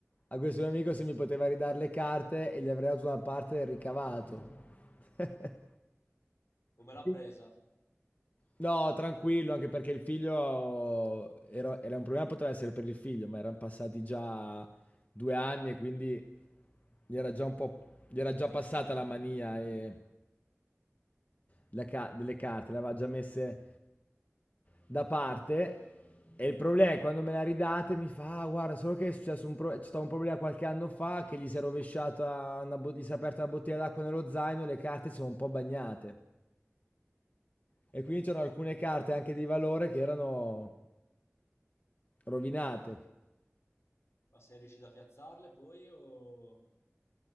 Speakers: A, on the left; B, on the left.
A: a questo mio amico se mi poteva ridare le carte e gli avrei dato una parte del ricavato. <laughs>
B: come l'ha
A: Quindi-
B: presa?
A: No, tranquillo, anche perché il figlio era, era un problema, poteva essere per il figlio, ma erano passati già due anni e quindi gli era già un po', gli era già passata la mania e la ca- delle carte, le aveva già messe da parte. E il problema è quando me la ridate mi fa, "Ah, guarda, solo che è successo un, pro- c'è stato un problema qualche anno fa che gli si è rovesciata, una bo- gli si è aperta una bottiglia d'acqua nello zaino e le carte si sono un po' bagnate. E quindi c'erano alcune carte anche di valore che erano rovinate.
B: Ma sei riuscito a piazzarle poi o...